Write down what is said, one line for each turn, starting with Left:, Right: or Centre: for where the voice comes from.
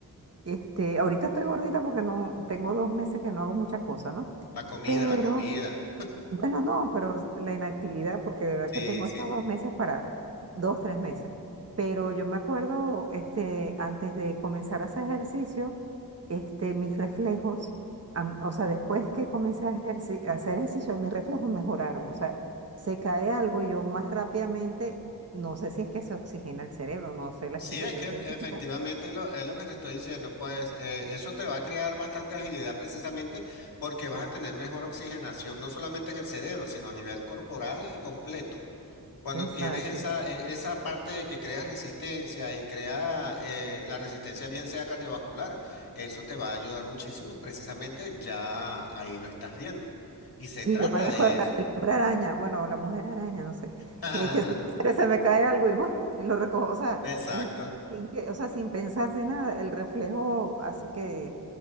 Right: este, ahorita estoy gordita porque no, tengo dos meses que no hago muchas cosas, ¿no? Sí.
Left: La comida,
Right: Pero
Left: la comida.
Right: bueno, no, pero la inactividad, porque de verdad
Left: Sí,
Right: que tengo
Left: sí.
Right: estos dos meses para, dos, tres meses. Pero yo me acuerdo, este, antes de comenzar a hacer ejercicio, este, mis reflejos, am- o sea, después que comencé a, ejerci- a hacer ejercicio, mis reflejos mejoraron. O sea, se cae algo y yo más rápidamente, no sé si es que se oxigena el cerebro, no sé la
Left: Sí,
Right: explicación
Left: es que
Right: científica.
Left: efectivamente lo- es lo que te estoy diciendo, pues eh, eso te va a crear bastante agilidad precisamente porque vas a tener mejor oxigenación, no solamente en el cerebro, sino a nivel corporal eh, completo. Cuando
Right: <laughs> Exacto.
Left: tienes esa, eh, esa parte de que creas resistencia y crea eh, la resistencia bien sea cardiovascular, eso te va a ayudar muchísimo, precisamente ya ahí lo estás viendo. Y se
Right: Sí,
Left: trata
Right: yo parezco
Left: de
Right: el
Left: eso.
Right: hombre araña, bueno, o la mujer araña, no sé,
Left: <laughs>
Right: que, que se, <laughs> se me cae algo y, ¡guau! y lo recojo, o sea,
Left: Exacto.
Right: es sin que, o sea, sin pensar, sin nada, el reflejo hace que,